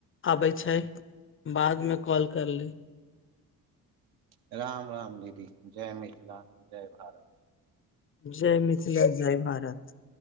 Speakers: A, on the left; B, on the right.
A: आबै छै बाद में कॉल कर लेब।
B: राम राम दीदी जय मिथिला जय भारत।
A: जय मिथिला जय भारत।